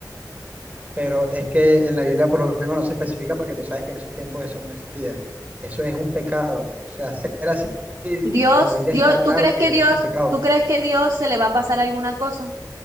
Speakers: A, on the right (about 25°); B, on the right (about 70°).
A: pero es que en la Biblia por lo menos no se especifica porque tú sabes que en esos tiempos eso no existía. Eso es un pecado. O sea, ser así,
B: Dios,
A: en la Biblia
B: Dios,
A: está claro
B: ¿tú crees
A: que
B: que Dios,
A: es un pecado.
B: tú crees que Dios se le va a pasar alguna cosa?